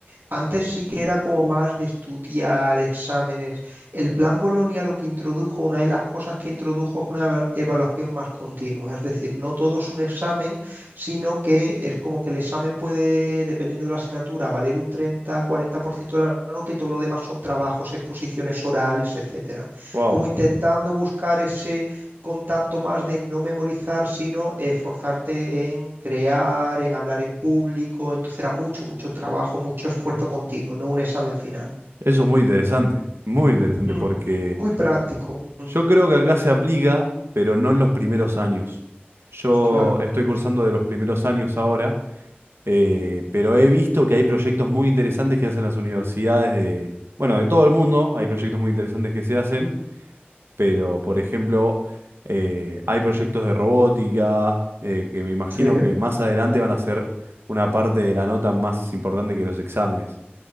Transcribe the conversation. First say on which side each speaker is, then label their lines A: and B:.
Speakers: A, on the right; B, on the right.
A: Antes sí que era como más de estudiar exámenes. El plan Bolonia lo que introdujo, una de las cosas que introdujo es una eva- evaluación más continua. Es decir, no todo es un examen, sino que es como que el examen puede, dependiendo de la asignatura, valer un treinta, cuarenta por ciento de la nota y todo lo demás son trabajos, exposiciones orales, etcétera.
B: Wow,
A: Como intentando buscar ese contacto más de no memorizar, sino esforzarte en crear, en hablar en público. Entonces era mucho, mucho trabajo, mucho esfuerzo continuo, no un examen final.
B: eso es muy interesante, muy interesante
A: Mm,
B: porque
A: Muy práctico. Mm,
B: Yo creo que acá se aplica, pero no en los primeros años. Yo
A: Claro,
B: estoy cursando de los primeros años ahora, eh, pero he visto que hay proyectos muy interesantes que hacen las universidades de, bueno, de todo el mundo. Hay proyectos muy interesantes que se hacen, pero por ejemplo, eh, hay proyectos de robótica, eh, que me imagino
A: sí,
B: que más adelante van a ser una parte de la nota más importante que los exámenes.